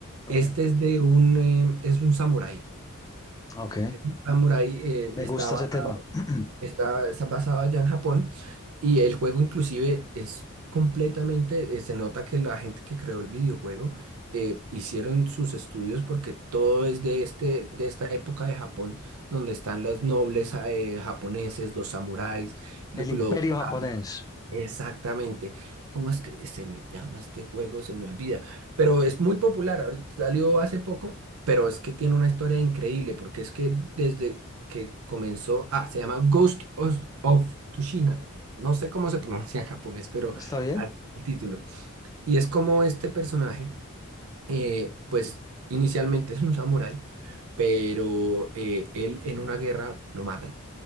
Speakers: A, on the left; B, on the right.
A: Ok.
B: Este es de un, eh, es un samurái.
A: Ok.
B: Es un samurái, eh,
A: Me
B: estaba
A: gusta ese tema. <clears throat>
B: Está, está basado allá en Japón y el juego inclusive es completamente, eh, se nota que la gente que creó el videojuego eh, hicieron sus estudios porque todo es de, este, de esta época de Japón donde están los nobles eh, japoneses, los samuráis, lo,
A: El Imperio
B: lo-
A: Japonés.
B: Exactamente. ¿Cómo es que se me llama este juego? Se me olvida. Pero es muy popular. Ahorita salió hace poco, pero es que tiene una historia increíble porque es que desde que comenzó, ah, se llama Ghost of, of Tsushima. No sé cómo se pronuncia en japonés, pero
A: ¿Está bien?
B: así es el título. Y es como este personaje, eh, pues inicialmente es un samurái, pero eh, él en una guerra lo matan,